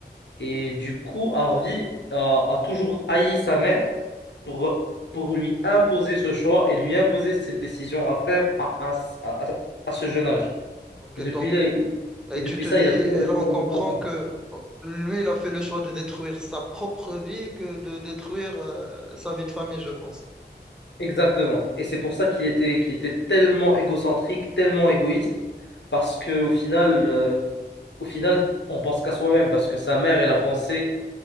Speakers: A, on the left; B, in the centre.
A: Et du coup, Harvey a, a toujours haï sa mère pour, pour lui imposer ce choix et lui imposer ses décisions à faire à, à, à, à ce jeune âge.
B: Ok,
A: Et depuis,
B: donc, et
A: et
B: tu
A: depuis
B: te
A: ça,
B: dis,
A: il
B: et
A: a toujours des problèmes
B: là on comprend
A: de confiance.
B: que oh, lui, il a fait le choix de détruire sa propre vie que de détruire euh, sa vie de famille, je pense.
A: Exactement. Et c'est pour ça qu'il était, qu'il était tellement égocentrique, tellement égoïste, parce que au final, euh, au final, on pense qu'à soi-même, parce que sa mère, elle a pensé,